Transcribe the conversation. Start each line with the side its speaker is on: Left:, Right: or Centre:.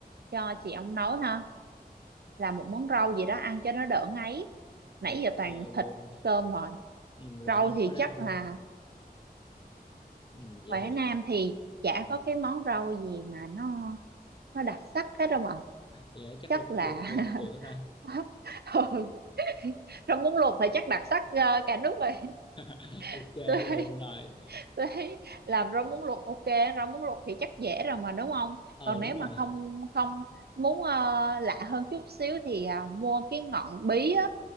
Right: cho chị ông nấu ha là một món rau gì đó ăn cho nó đỡ ngấy nãy
Left: ok
Right: giờ toàn thịt
Left: luôn
Right: cơm rồi
Left: ừ, rồi
Right: rau
Left: nên
Right: thì
Left: có rau
Right: chắc
Left: đi
Right: là
Left: Ừ, vậy
Right: Quảng
Left: thì
Right: Nam
Left: ờ,
Right: thì chả
Left: ừ.
Right: có cái món rau gì mà nó nó đặc sắc hết đâu mà
Left: vậy là chắc
Right: chắc
Left: là bún
Right: là
Left: luộc rồi, chắc được hết rồi
Right: <laughs> ừ. rau muống luộc thì chắc đặc sắc ờ, cả nước rồi
Left: <laughs> ok
Right: <laughs> tôi
Left: luôn
Right: thấy
Left: rồi
Right: tôi thấy làm rau muống luộc ok rau muống luộc thì chắc dễ rồi mà đúng không
Left: ờ
Right: còn nếu
Left: đúng
Right: mà
Left: rồi
Right: không không muốn ờ, lạ hơn chút xíu thì à, mua cái ngọn bí á